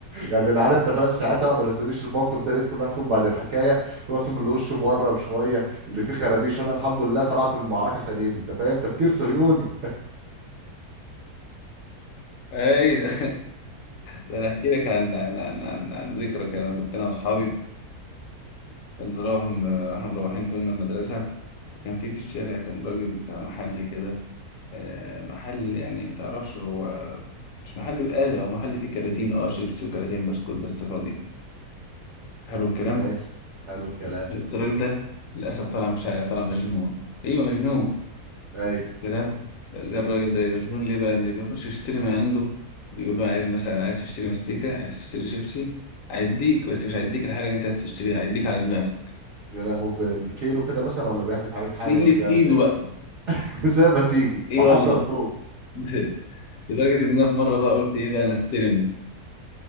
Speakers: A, on the right; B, on the left.
A: يعني العيال انت فاهم ساعتها ما نسوليش الموقف ده لقيت كل واحد فيهم بعد الحكايه كل واحد فيهم اللي وشه مورم شويه اللي فيه خرابيش وانا الحمد لله طلعت من المعركه سليم انت فاهم تفكير صهيوني
B: ايوه ده انا احكي لك عن عن عن عن, عن ذكرى كان كنت انا واصحابي كنا نروح احنا مروحين في يوم من المدرسة كان في في الشارع كان راجل بتاع محل كده آه، محل يعني متعرفش هو مش محل بقالة هو محل فيه كراتين اه شيبسي وكراتين بسكوت بس فاضي حلو الكلام
A: ماشي حلو الكلام
B: بس الراجل ده للأسف طلع مش عارف طلع مجنون أيوه مجنون
A: ايوه
B: كده الراجل ده مجنون ليه بقى إن بيخش يشتري من عنده بيقول
A: مم.
B: له عايز مثلا عايز تشتري مستيكة عايز تشتري شيبسي هيديك
A: مم.
B: بس مش هيديك الحاجة اللي أنت عايز تشتريها هيديك على دماغك
A: يا لهو بالكيلو كده مثلا ولا بيحدف عليك حاجه
B: باللي
A: ولا
B: في
A: بيعمل
B: إيده
A: ايه
B: بقى
A: <laughs> زي ما تيجي
B: إيه
A: بحضر
B: والله
A: طوب
B: <laughs> لدرجة إن أنا في مرة بقى قلت إيه بقى أنا استلم